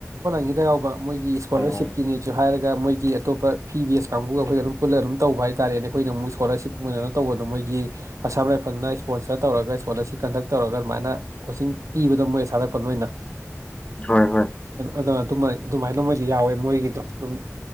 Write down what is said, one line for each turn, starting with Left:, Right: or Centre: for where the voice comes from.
Right: ꯏ ꯌꯥꯎꯕ ꯃꯣꯏꯒꯤ ꯏꯁꯀꯣꯂꯔꯁꯤꯞꯀꯤꯅꯦꯁꯨ
Left: ꯑꯣ
Right: ꯍꯥꯏꯔꯒ ꯃꯣꯏꯒꯤ ꯑꯇꯣꯞꯄ ꯐꯤ ꯕꯦꯁ ꯀꯥꯡꯕꯨꯒ ꯑꯩꯈꯣꯏꯗ ꯑꯗꯨꯝ ꯄꯨꯜꯂ ꯑꯗꯨꯝ ꯇꯧꯕ ꯍꯥꯏ ꯇꯥꯔꯦꯅꯦ ꯑꯩꯈꯣꯏꯅ ꯑꯃꯨꯛ ꯏꯁꯀꯣꯂꯔꯁꯤꯞ ꯑꯣꯏꯅꯅ ꯇꯧꯕꯗꯣ ꯃꯣꯏꯒꯤ ꯑꯁꯥꯝ ꯔꯥꯏꯐꯜꯅ ꯏꯁꯄꯣꯟꯁꯔ ꯇꯧꯔꯒ ꯏꯁꯀꯣꯂꯔꯁꯤꯞ ꯀꯟꯗꯛ ꯇꯧꯔꯒ ꯑꯗꯨꯃꯥꯏꯅ ꯀꯣꯆꯤꯡ ꯄꯤꯕꯗꯣ ꯃꯣꯏ ꯑꯁꯥꯔꯛꯄꯜ ꯑꯣꯏꯅ
Left: ꯍꯣꯏ ꯍꯣꯏ
Right: ꯑꯗꯨꯅ ꯑꯗꯨꯃ ꯑꯗꯨꯃꯥꯏꯅ ꯃꯣꯏꯗꯤ ꯌꯥꯎꯋꯦ ꯃꯣꯏꯒꯤꯗꯣ ꯑꯗꯨꯝ